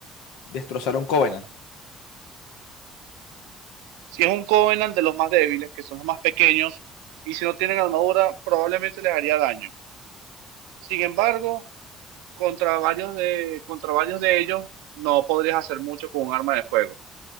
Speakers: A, on the left; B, on the right.
A: destrozar a un Covenant.
B: Si es un Covenant de los más débiles, que son los más pequeños, y si no tienen armadura, probablemente les haría daño. Sin embargo, contra varios de, contra varios de ellos, no podrías hacer mucho con un arma de fuego,